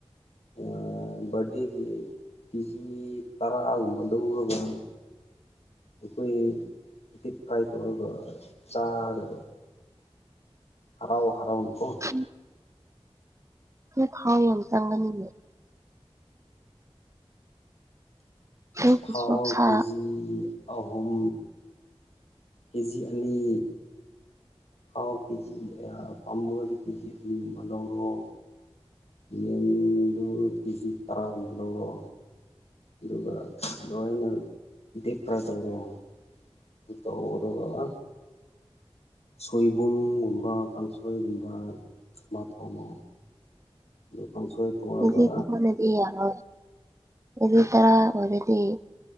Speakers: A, on the left; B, on the right.
A: ꯑꯥ ꯕꯥꯔꯗꯦꯒꯤ ꯀꯤꯖꯤ ꯇꯔꯥꯒꯨꯝꯕ ꯂꯧꯔꯒ ꯑꯩꯈꯣꯏ ꯗꯤꯞ ꯐ꯭ꯔꯥꯏ ꯇꯧꯔꯒ ꯆꯥꯅꯕ ꯍꯔꯥꯎ ꯍꯔꯥꯎꯅꯀꯣ
B: ꯎꯝ ꯍꯦ ꯇꯥꯎ ꯌꯥꯝ ꯆꯪꯒꯅꯤꯌꯦ ꯅꯪꯒꯤ
A: ꯊꯥꯎ
B: ꯆꯣꯛꯁꯥ
A: ꯀꯦꯖꯤ ꯑꯍꯨꯝ ꯀꯦꯖꯤ ꯑꯅꯤ ꯊꯥꯎ ꯀꯦꯖꯤ ꯑ ꯄꯥꯝꯃꯒꯗ ꯀꯦꯖꯤ ꯑꯅꯤ ꯑꯃ ꯂꯧꯔꯣ ꯌꯦꯟꯗꯨ ꯀꯦꯖꯤ ꯇꯔꯥꯒꯨꯝꯕ ꯂꯧꯔꯣ ꯑꯗꯨꯒ ꯂꯣꯏꯅ ꯗꯤꯞ ꯐ꯭ꯔꯥꯏ ꯇꯧꯔꯣ ꯑꯗꯨ ꯇꯧꯔꯒ ꯁꯣꯏꯕꯨꯝꯒꯨꯝꯕ ꯀꯥꯡꯁꯣꯏꯒꯨꯝꯕ ꯑꯃ ꯊꯣꯡꯉꯣ ꯑꯗꯨ ꯀꯥꯡꯁꯣꯏ ꯊꯣꯡꯉꯒ
B: <unintelligible> ꯌꯥꯔꯣꯏ ꯑꯣꯒꯤ ꯇꯔꯥ ꯑꯣꯏꯅꯗꯤ